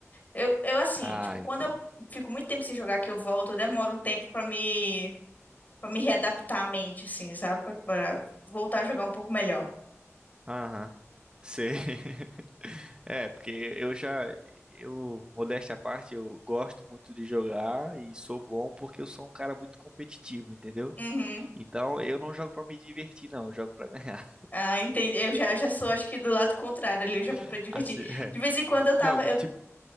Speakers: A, on the left (about 35°); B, on the right (about 20°).
A: Eu, eu assim,
B: Ah,
A: tipo, quando
B: então.
A: eu fico muito tempo sem jogar que eu volto, eu demoro um tempo pra me, para me readaptar à mente, assim, sabe? Pra, pra voltar a jogar um pouco melhor.
B: Aham. Sei. <laughs> É, porque eu já, eu, modéstia à parte, eu gosto muito de jogar e sou bom porque eu sou um cara muito competitivo, entendeu?
A: Uhum.
B: Então eu não jogo pra me divertir, não, eu jogo pra ganhar.
A: Ah, entendi. Eu já, já sou, acho que do lado contrário ali, eu já vou
B: <laughs>
A: pra divertir.
B: Assim, é.
A: De vez em quando eu tava.
B: Não,
A: Eu...
B: tipo,